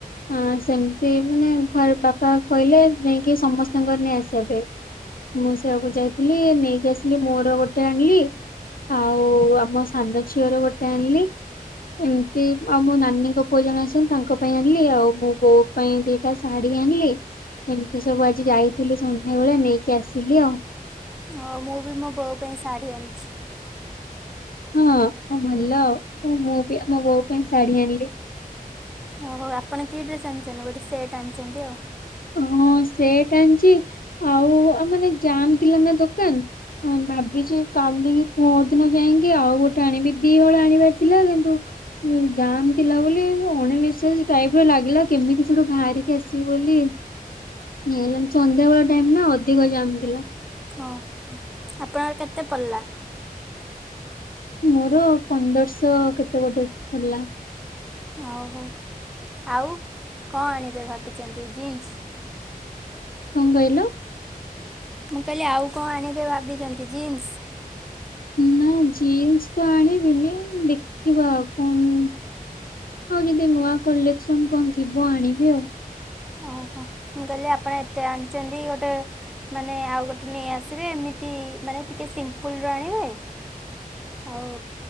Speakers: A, on the left; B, in the centre.
A: ହଁ ସେମିତି ମାନେ ଘରେ ପାପା କହିଲେ ଯାଇକି ସମସ୍ତଙ୍କର ନେଇ ଆସିବା ପାଇଁ। ମୁଁ ସେୟାକୁ ଯାଇଥିଲି ନେଇକି ଆସିଲି ମୋର ଗୋଟେ ଆଣିଲି। ଆଉ ଆମ ସାନ ଝିଅର ଗୋଟେ ଆଣିଲି। ଏମ ତି ଆଉ ମୋ ନାନୀଙ୍କ ପୁଅ ଜଣ ଆସଛନ୍ତି ତାଙ୍କ ପାଇଁ ଆଣିଲି। ଆଉ ମୋ ବୋଉ ପାଇଁ ଦିଟା ଶାଢୀ ଆଣିଲି। ଏମତି ସବୁ ଆଜି ଯାଇଥିଲି ସନ୍ଧ୍ୟା ବେଳେ ନେଇକି ଆସିଲି ଆଉ।
B: ଆଉ ମୁଁ ବି ମୋ ବୋଉ ପାଇଁ ଶାଢ଼ୀ ଆଣିଛି।
A: ହଁ, ହଁ ଭଲ ଆଉ ମୁଁ ବି ଆ, ବୋଉ ପାଇଁ ଶାଢୀ ଆଣିଲି।
B: ଓ ହଉ ଆପଣ କି ଡ୍ରେସ୍ ଆଣିଛନ୍ତି? ବୋଧେ ସେଟ୍ ଆଣିଛନ୍ତି ଆଉ।
A: ହଁ, ସେଟ୍ ଆଣିଚି, ଆଉ ଆ, ମାନେ ଜାମ୍ ଥିଲା ନା ଦୋକାନ। ହଁ ଭାବିଚି କାଲି କି ପଅର ଦିନ ଯାଇକି ଆଉ ଗୋଟେ ଆଣିବି। ଦିହଳ ଆଣିବାର ଥିଲା କିନ୍ତୁ ଉ, ଜାମ୍ ଥିଲା ବୋଲି ଯୋଉ ଅଣ ନିଶ୍ୱାସି ଟାଇପ୍ ର ଲାଗିଲା କେମିତି ସେଠୁ ବାହାରିକି ଆସିବୁ ବୋଲି। ଇଏ ହେଲାନି ସନ୍ଧ୍ୟାବେଳ ଟାଇମ୍ ନା ଅଧିକ ଜାମ୍ ଥିଲା।
B: ଓ ହଁ। ଆପଣଙ୍କର କେତେ ପଲା?
A: ମୋର ପନ୍ଦରଶହ କେତେ ଗୋଟେ ପଡଲା।
B: ଆ, ହଉ ଆଉ କଣ ଆଣିବେ ଭାବିଚନ୍ତି ଜିନ୍ସ?
A: କଣ କହିଲ?
B: ମୁଁ କହିଲି ଆଉ କଣ ଆଣିବେ ଭାବିଚନ୍ତି ଜିନ୍ସ?
A: ନା ଜିନ୍ସ ତ ଆଣିବିନି ଦେଖିବା ଆଉ କଣ ଆଉ ଯଦି ନୂଆ କଲେକ୍ସନ କଣ ଥିବ ଆଣିବି ଆଉ।
B: ଓହୋ! ମୁଁ କହିଲି ଆପଣ ଏତେ ଆଣିଚନ୍ତି ଗୋଟେ ମାନେ ଆଉ ଗୋଟେ ନେଇ ଆସିବେ ଏମିତି ମାନେ ଟିକେ ସିମ୍ପୁଲର ଆଣିବେ। ଆଉ